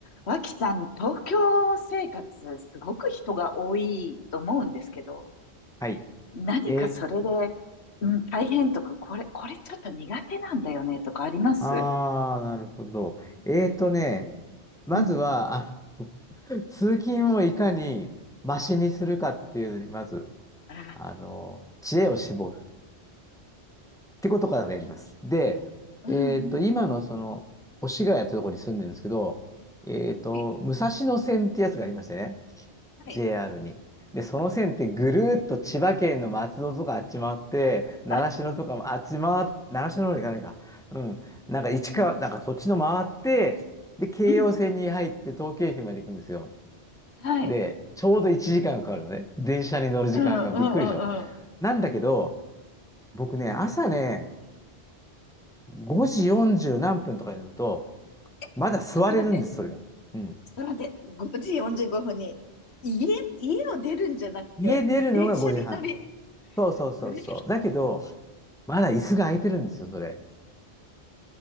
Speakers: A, on the left; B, in the centre.
A: 脇さん、東京生活、すごく人が多いと思うんですけど、
B: はい。
A: 何かそれで、
B: えー、
A: うん、大変とか、これ、これちょっと苦手なんだよね、とかあります
B: あー、なるほど。えーとね、まずは、
A: うん。
B: あの <laughs>、通勤をいかにマシにするかっていうのに、まず、
A: ああ、
B: あの、知恵を絞るってことからやります。で、
A: うんうん。
B: えーと、今のその、越谷ってところに住んでるんですけど、えーと、
A: はい、
B: 武蔵野線ってやつがありましてね。
A: はい、
B: JR に。で、その線ってぐるーっと千葉県の松戸とかあっち回って、
A: うんうん。
B: 習志野とかもあっち回っ、
A: あ、
B: 習志野の方に行かないか。うん。なんか市川、
A: うん、
B: なんかそっちの回って、で、京葉線に入って東京駅まで行くんですよ。
A: うん、はい。
B: で、ちょうど1時間かんかかるのね。電車に乗る時間がびっくりでしょ。
A: うん、うん、うん、うん。
B: なんだけど、僕ね、朝ね、5時40何分とかに乗ると、
A: え、ちょっと待って、
B: まだ座れるんです、それが。うん。
A: ちょっと待って、5時45分に、家、家を出るんじゃなくて、
B: 家出るのが5時半ね。
A: 電車に乗り、
B: そうそうそうそう。
A: うっ
B: だけど、まだ椅子が空いてるんですよ、それ。